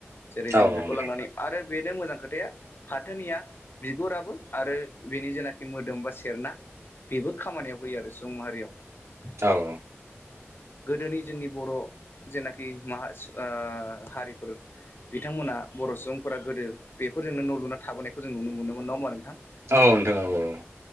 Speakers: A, on the left; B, on the right.
A: जेरै जोङो
B: औ औ
A: बेखौ
B: नोंथां
A: लांनानै आरो बेनो मोजां खोथाया फाथोनिया बिगुराबो आरो बिनि जेनाखि मोदोम बा सेरना बेबो खामानियाव होयो आरो सुबुं माहारियाव
B: औ
A: गोदोनि जोंनि बर' जेनाखि मा सु ओ हारिफोर बिथांमोना बर' सुबुंफोरा गोदो बेफोरजोंनो न' लुना थाबोनायखौ जों नुनो मोनोमोन नङा होमबा नो
B: औ नोथां औ औ